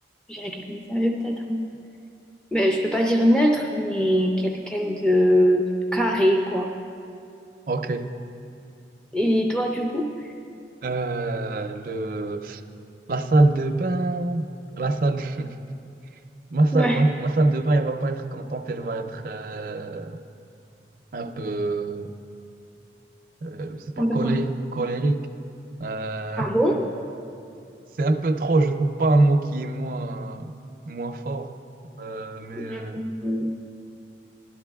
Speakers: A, in the centre; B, on the right (about 50°).
A: Je dirais quelqu'un de sérieux peut-être. hein. Ben, je peux pas dire neutre, mais quelqu'un de carré, quoi.
B: ok.
A: Et toi, du coup?
B: Euh, le... La salle de bain, la salle, <laughs> ma salle,
A: Ouais,
B: ma, ma salle de bain, elle va pas être contente, elle va être euh, un peu. euh, c'est pas
A: un peu
B: colé-
A: quoi.
B: colérique. Euh,
A: Ah bon?
B: <laughs> c'est un peu trop, je trouve pas un mot qui est moins, moins fort. Euh, mais
A: Hum,
B: euh,